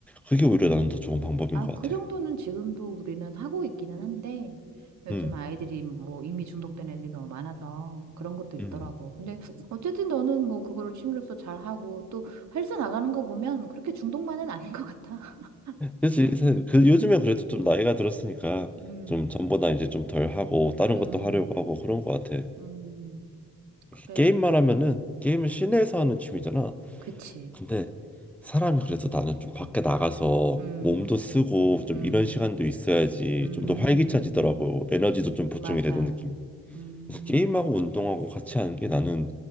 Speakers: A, in the centre; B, on the right (about 65°).
A: 그게 오히려 나는 더 좋은 방법인
B: 아,
A: 것 같아.
B: 그 정도는 지금도 우리는 하고 있기는 한데, 요즘
A: 음,
B: 아이들이 뭐 이미 중독된 애들이 너무 많아서 그런 것도 있더라고.
A: 음.
B: 근데 어쨌든 너는 뭐 그거를 취미로서 잘하고 또 헬스 나가는 거 보면 그렇게 중독만은 아닌 것 같아. <laughs>
A: 그치. 지그 요즘에 그래도 좀 나이가 들었으니까
B: 음,
A: 좀 전보다 이제 좀 덜 하고 다른
B: 음,
A: 것도 하려고 하고 그런 것 같아.
B: 음. 그래.
A: 이렇게 게임만 하면은 게임은 실내에서 하는 취미잖아.
B: 그치.
A: 근데 사람이 그래서 나는 좀 밖에 나가서
B: 음,
A: 몸도 쓰고 좀
B: 음,
A: 이런 시간도 있어야지
B: 음,
A: 좀 더 활기차지더라고. 에너지도 좀 보충이
B: 맞아.
A: 되는 느낌.
B: 음,
A: 그래서 게임하고 운동하고 같이 하는 게 나는